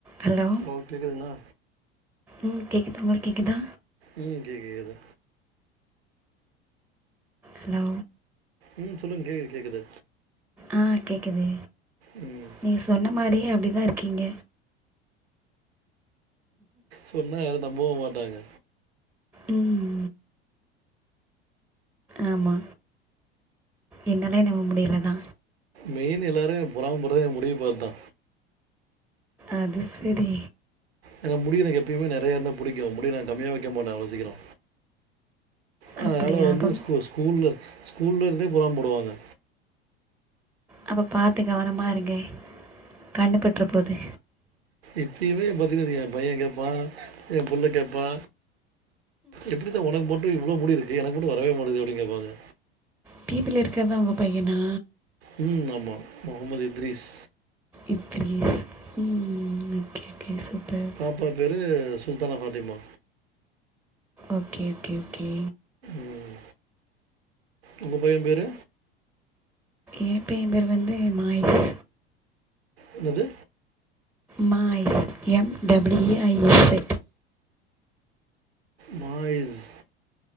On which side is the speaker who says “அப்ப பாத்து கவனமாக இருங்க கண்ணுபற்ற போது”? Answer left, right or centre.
Centre